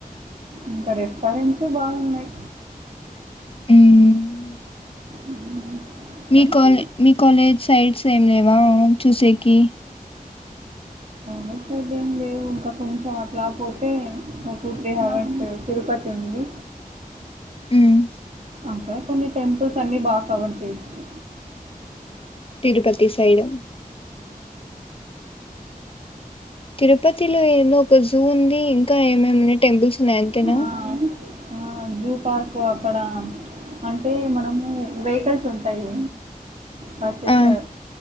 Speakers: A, on the right; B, on the left.
A: ఇంకా రెస్టారెంట్స్ బాగున్నాయి
B: ఉమ్
A: మ్మ్.
B: మీ
A: కానీ
B: కాల్ మీ కాలేజ్ సైడ్స్ ఏం లేవా చూసేకి
A: మ సైడ్ ఏం లేవు ఇంకా కొంచెం అట్లా పోతే ఒక టూ త్రీ అవర్స్ తిరుపతి ఉంది
B: మ్
A: అక్కడ కొన్ని టెంపుల్స్ అన్ని బాగా కవర్ చేయొచ్చు
B: తిరుపతి సైడ్ తిరుపతిలో ఏదో ఒక జూ ఉంది ఇంకా ఏమేమున్నాయి టెంపుల్స్ ఉన్నాయి అంతేనా
A: ఆ! ఆ! జూ పార్క్ అక్కడ అంటే మనము వెహికల్స్ ఉంటాయి బస్సెస్
B: ఆ